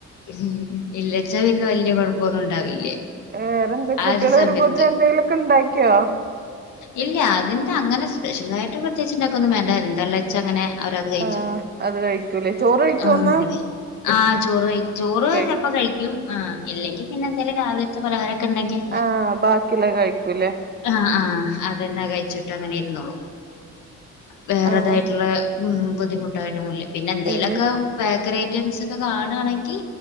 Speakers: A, on the left (about 80°); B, on the right (about 30°).
A: ഉം ഇല്ലച്ച ഇന്ന് വലിയ കുഴപ്പൊന്നും ഉണ്ടാവില്ലേ
B: വേറെന്ത കുട്ടികൾ
A: ആ ഒരു സമയത്ത്
B: വരുമ്പോത്തി എന്തെങ്കലൊക്കെ ഉണ്ടാക്കിയോ
A: ഇല്ല അതിന്റെ അങ്ങനെ സ്പെഷ്യലായിട്ട് പ്രത്യേകിട്ടണ്ടാക്കക്കൊന്നും വേണ്ട എന്താ വെച്ചാ അങ്ങനെ അവരത് കഴച്ചു
B: ആഹ് അത് കഴിക്കൂലേ ചോറ് കഴിക്കോ
A: ആ
B: ഇന്ന്
A: ആ ചോറ് ക ചോറ്
B: കഴി
A: ചപ്പോ കഴിക്കും ആ് ഇല്ലെങ്കിൽ പിന്നെ എന്തായാലും രാവിലെ പലഹാരം ണ്ടെങ്കിൽ
B: ആഹ് ബാക്കിയുള്ളത് കഴിക്കൂലേ
A: ആ ആ അതന്നെ കഴിച്ചിട്ട് അങ്ങനെ ഇരുന്നുോള്ളൂ വേറതായിട്ടുള്ള
B: ആഹ്
A: ഉ ബുദ്ധിമുട്ടായിട്ടൊന്നുമില്ല പിന്നെ എന്തെേലുമൊക്കെ
B: ഇല്ല
A: ബേക്കറി ഐറ്റംസ് ഒക്കെ കാണുകയാണെങ്കിൽ